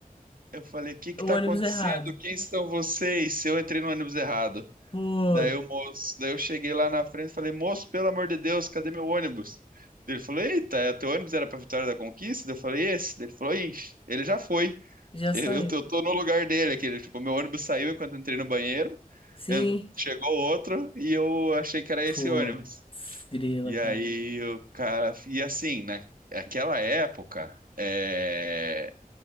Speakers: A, on the right; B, on the left.
A: Eu falei, o que que
B: o
A: tá
B: ônibus
A: acontecendo?
B: errado.
A: Quem são vocês? Eu entrei no ônibus errado.
B: Pô.
A: Daí o moço, daí eu cheguei lá na frente e falei, moço, pelo amor de Deus, cadê meu ônibus? Daí Ele falou, eita, é, teu ônibus era pra Vitória da Conquista? Daí Eu falei, esse. Daí Ele falou, ixi, ele já foi.
B: Já
A: Eu,
B: saiu.
A: eu tô eu tô no lugar dele aqui. Ele, Tipo, meu ônibus saiu enquanto eu entrei no banheiro,
B: Sim.
A: en- chegou outro e eu achei que era esse
B: Putz,
A: ônibus.
B: grila,
A: E
B: cara.
A: aí o cara. E assim, na- naquela época, é,